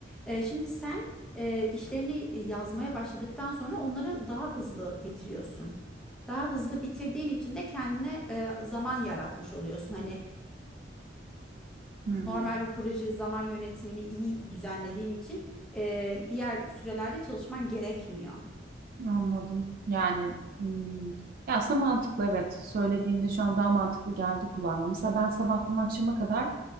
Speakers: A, in the centre; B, on the right.
A: E, şimdi sen e, işlerini yazmaya başladıktan sonra onları daha hızlı bitiriyorsun. Daha hızlı bitirdiğin için de kendine e, zaman yaratmış oluyorsun. Hani
B: Hmm.
A: normal bir proje zaman yönetimini iyi düzenlediğin için e, diğer sürelerde çalışman gerekmiyor.
B: Anladım. Yani hmm, ya aslında mantıklı evet. Söylediğinde şu an daha mantıklı geldi kulağıma. Mesela ben sabahtan akşama kadar